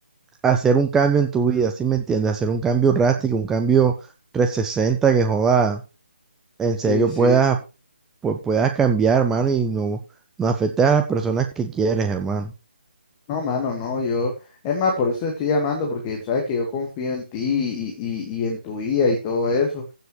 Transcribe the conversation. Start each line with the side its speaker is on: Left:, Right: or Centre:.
Centre: hacer un cambio en tu vida, ¿sí me entiendes? Hacer un cambio drástico, un cambio 360 que joda, en serio
Left: Sí, sí.
Centre: puedas pues puedas cambiar, hermano, y no, no afectes a las personas que quieres, hermano.
Left: No, mano, no, yo. Es más, por eso te estoy llamando, porque tú sabes que yo confío en ti y, y, y en tu guía y todo eso.